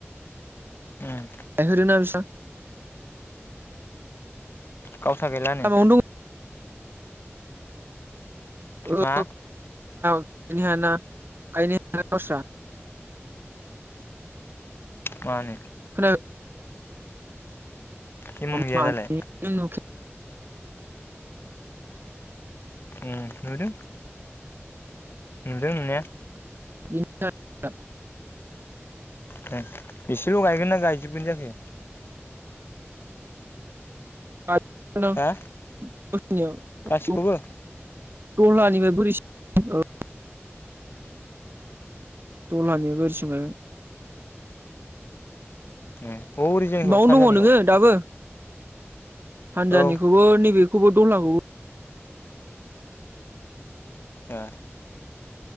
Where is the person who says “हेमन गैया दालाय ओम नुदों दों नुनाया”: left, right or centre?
Left